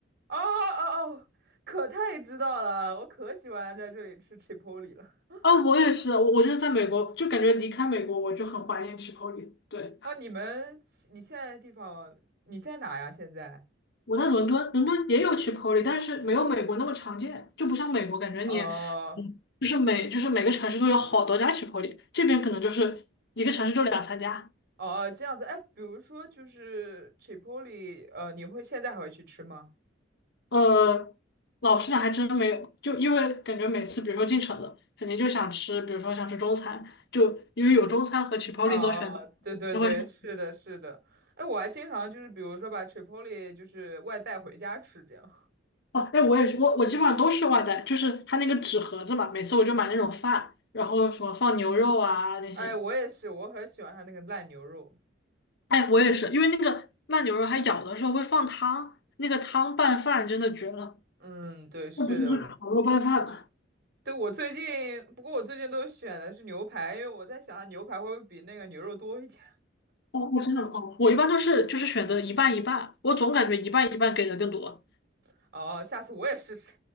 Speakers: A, on the right (about 55°); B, on the left (about 60°).
A: 哦哦哦，可太知道了，我可喜欢在这里吃 Chipotle 了。
B: 啊，我也是，我我就是在美国，就感觉离开美国我就很怀念 Chipotle。对，
A: 啊，你们你现在的地方你在哪呀？现在？
B: 我在伦敦，伦敦也有 Chipotle，但是没有美国那么常见，就不像美国感觉你，
A: 哦
B: 嗯，就是每就是每个城市都有好多家 Chipotle，这边可能就是一个城市就两三家。
A: 哦，这样子。哎，比如说就是 t r i p o l i 呃，你会现在还会去吃吗？
B: 呃，老实讲还真没有，就因为感觉每次比如说进城了，肯定就想吃，比如说想吃中餐，就因为有中餐和 c h
A: 哦，
B: i 做选择，
A: 对对对，
B: 就会想
A: 是的，是的。哎，我还经常就是比如说把 t r i p o l i 就是外带回家吃这样。
B: 哦，哎，我也是，我我基本上都是外带，就是它那个纸盒子嘛，每次我就买那种饭，然后什么放牛肉啊那些，
A: 哎，我也是，我很喜欢它那个烂牛肉。
B: 哎，我也是，因为那个慢牛肉它咬的时候会放汤，那个汤拌饭真的绝了，
A: 嗯，对，是的，
B: 那不就是烤肉拌饭吗？
A: 对，我最近，不过我最近都选的是牛排，因为我在想它牛排会不会比那个牛肉多一点。
B: 哦，真的吗哦，我一般都是就是选择一半一半，我总感觉一半一半给的更多。
A: <laughs> 哦，下次我也试试。